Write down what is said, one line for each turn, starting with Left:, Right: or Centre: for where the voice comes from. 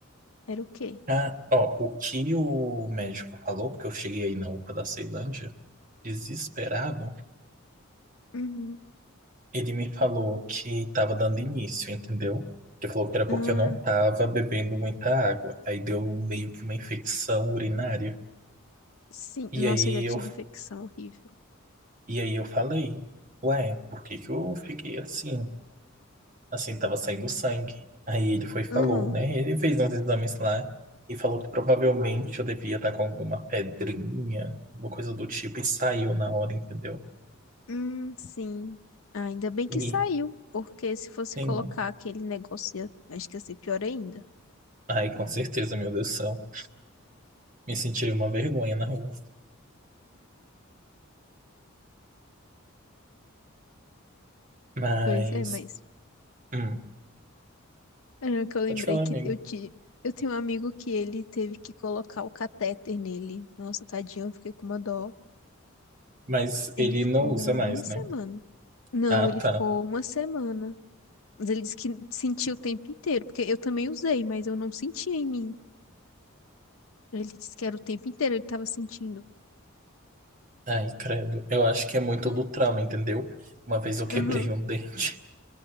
Left: Era o quê?
Right: ah, ó, o que o médico falou, porque eu cheguei aí na UPA da Ceilândia, desesperado,
Left: Uhum.
Right: ele me falou que tava dando início, entendeu? Ele falou que era porque
Left: Ah,
Right: eu não tava bebendo muita água. Aí deu meio que uma infecção urinária.
Left: sim.
Right: E
Left: Nossa,
Right: aí
Left: eu já tive
Right: eu,
Left: infecção horrível.
Right: e aí eu falei, ué, por que que eu fiquei assim? assim, tava saindo sangue. Aí ele foi e falou,
Left: Uhum.
Right: né? Ele fez uns exames lá e falou que provavelmente eu devia estar com alguma pedrinha, alguma coisa do tipo, e saiu na hora, entendeu?
Left: Hum, sim. Ah, ainda bem
Right: E
Left: que saiu, porque se fosse
Right: sim,
Left: colocar aquele negócio, ia- acho que ia ser pior ainda.
Right: aí com certeza, meu Deus do céu, me senti uma vergonha na rua. Mas,
Left: Pois é, mas
Right: hum,
Left: era que eu lembrei
Right: pode falar,
Left: que
Right: amigo.
Left: eu te... eu tenho um amigo que ele teve que colocar o catéter nele. Nossa, tadinho, eu fiquei com uma dó.
Right: Mas
Left: Ele
Right: ele
Left: ficou
Right: não usa mais,
Left: uma semana.
Right: né?
Left: Não,
Right: Ah,
Left: ele ficou
Right: tá.
Left: uma semana. Mas ele disse que sentiu o tempo inteiro, porque eu também usei, mas eu não sentia em mim. Ele disse que era o tempo inteiro, ele tava sentindo.
Right: Ai, credo. Eu acho que é muito
Left: Hum,
Right: do trauma, entendeu? Uma vez eu quebrei
Left: Aham.
Right: um dente.